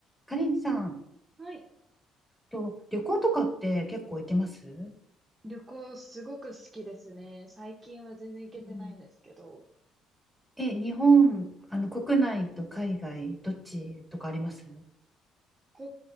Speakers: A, in the centre; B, on the right.
A: かりんさん
B: はい。
A: と旅行とかって結構行けます
B: 旅行すごく好きですね。最近は全然行けてないんですけど、
A: うんえ、日本、あの国内と海外、どっちとかあります
B: 国